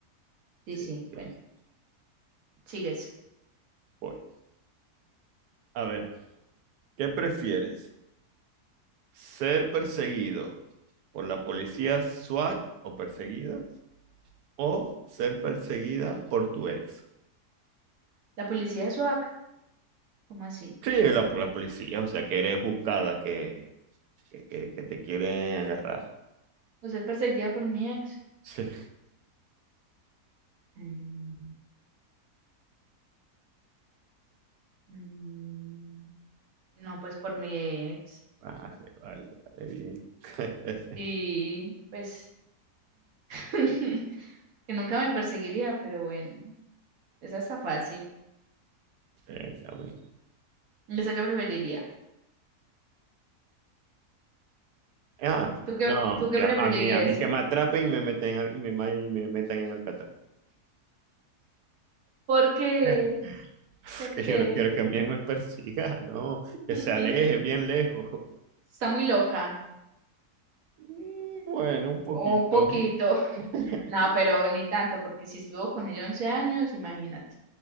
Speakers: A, on the right; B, on the right.
A: Sí,
B: Sí,
A: sí,
B: sí,
A: bueno,
B: sí.
A: sigues.
B: Voy. A ver, ¿qué prefieres? ¿Ser perseguido por la policía SWAT o perseguida o ser perseguida por tu ex.
A: La policía de SWAC, ¿cómo así?
B: Sí, la, la policía, o sea, que eres buscada, que, que, que- que te quieren agarrar.
A: ¿Usted es perseguida por mi ex?
B: Sí.
A: Mm, mm, no, pues por mi ex.
B: Vale, vale, vale, bien. <laughs>
A: Sí, pues <laughs> que nunca me perseguiría, pero bueno, esa está fácil.
B: Venga, venga.
A: ¿Esa qué preferiría?
B: Ah,
A: ¿Tú qué,
B: no,
A: tú
B: ya,
A: qué preferirías?
B: a mí, a mí que me atrapen y me meten, al- y me, ma- y me metan en Alcatraz.
A: ¿Por qué?
B: Eh, <laughs>
A: ¿Por
B: Que
A: qué?
B: yo no quiero que bien me persiga, no,
A: <laughs>
B: que se aleje bien lejos.
A: Está muy loca.
B: Mm, Bueno, un poquito.
A: Un poquito. <laughs>
B: <laughs>
A: nada pero ni tanto, porque si estuvo con ella 11 años, imagínate.